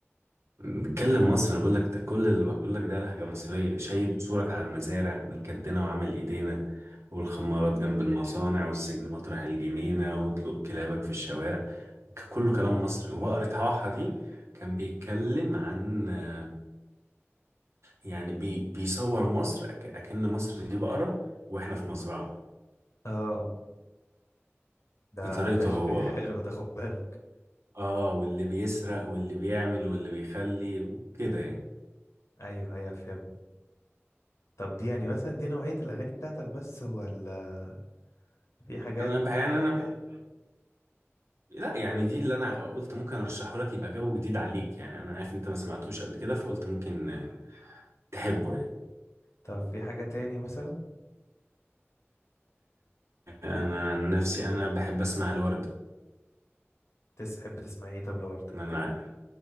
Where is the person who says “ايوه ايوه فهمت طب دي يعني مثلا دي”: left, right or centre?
Left